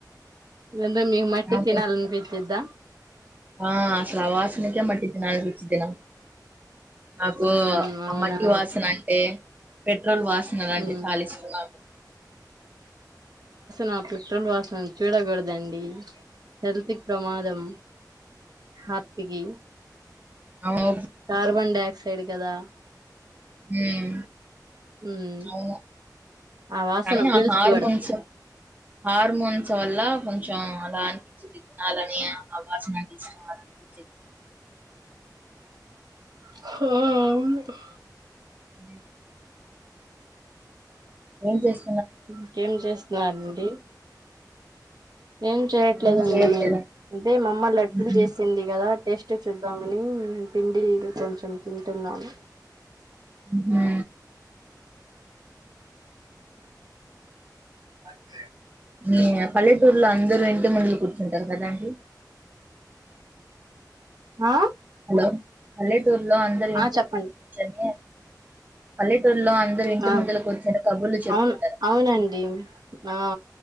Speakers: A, on the right; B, on the right.
A: ఇందు <unintelligible> మీ మట్టి
B: నాకు
A: తినలి అనిపించిదా
B: ఆ అసలు ఆవాసనకే మట్ తినాలి అనిపించిద్ది నాకు నాకు
A: ఉహు అవునా
B: అ మట్టి వాసన అంటే పెట్ పెట్రోల్ వాసన అలాంటే
A: ఉమ్
B: చాలా ఇష్ట నాకు
A: నా పెట్రోల్ వాసన చూడకూడదండి హెల్త్ కి ప్రమాదం హార్ట్కి
B: అవు
A: చార్ బండే సైడ్ కదా
B: హ్మ్
A: హ్మ్
B: అవును
A: ఆ వాసన
B: కానీ
A: పీల్చకూడదు
B: ఆ హార్మోన్స్ హార్మోన్స్ వల్ల కొంచెం అలా అనిపించేది తినాలని ఆ వాసన అందిష్టం అలా అనిపించిది
A: ఆ
B: అ ఏం చేస్
A: ఇంకేం చెస్ నాండి ఏం చేయట్లేదండి
B: ఏం చేయట్లేదా
A: అంటే మా అమ్మ లడ్డలు
B: మ్హూ
A: చేసింది కదా టేస్ట్ చూద్దామని పిండి కొంచెం తింటున్నాను
B: హ్మ్ హు
A: అే
B: ని పల్లెటూర్ లో అందరు పటి మండలు కూర్చుంటారు కదాండి
A: ఆ
B: హలో హలో మత్తూరు లో అందరు ఇంటిూ
A: ఆ చెప్పండి
B: మంది కూర్చొని పల్లెటూరులో అందరుూ ఇంటి
A: ఆ
B: ముందుల కూర్చుని కబుర్లు చెరుపుకుంటారు
A: అవును అవునండి ఆ